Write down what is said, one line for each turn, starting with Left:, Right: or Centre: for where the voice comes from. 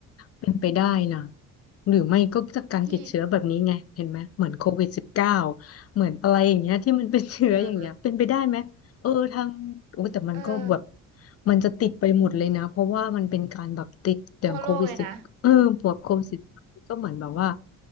Left: เป็นไปได้นะหรือไม่ก็จากการติดเชื้อแบบนี้ไงเห็นไหมเหมือนโควิดสิบเก้า
Right: พี่
Left: เหมือนอะไรอย่างเงี้ยที่มันเป็นเชื้ออย่างเงี้ยเป็นไปได้ไหมเออทางโอ้แต่มันก็แบบ
Right: เออเออ
Left: มันจะติดไปหมดเลยนะเพราะว่ามันเป็นการแบบติดอย่างโควิดสิบเออพวกโควิดสิบก็เหมือนแบบว่า
Right: ทั่วโลกเลยนะ